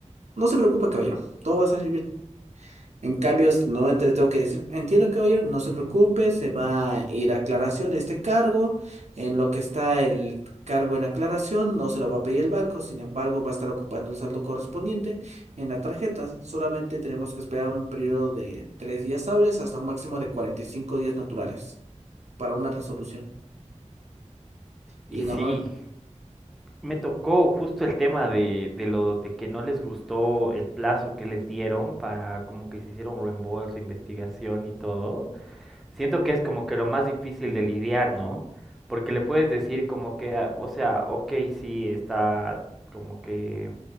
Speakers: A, on the right; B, in the centre.
A: no se preocupe, caballero, todo va a salir bien. En cambio, nuevamente le tengo que decir, entiendo, caballero, no se preocupe, se va a ir a aclaración este cargo, en lo que está el cargo en aclaración, no se lo va a pedir el banco, sin embargo, va a estar ocupando el saldo correspondiente en la tarjeta. Solamente tenemos que esperar un periodo de tres días hábiles hasta un máximo de 45 días naturales para una resolución.
B: Y
A: Y
B: sí,
A: normalmente,
B: me tocó justo el tema de, de lo de que no les gustó el plazo que les dieron para como que se hiciera un reembolso, investigación y todo. Siento que es como que lo más difícil de lidiar, ¿no? Porque le puedes decir como que, ah, o sea, ok, sí, está como que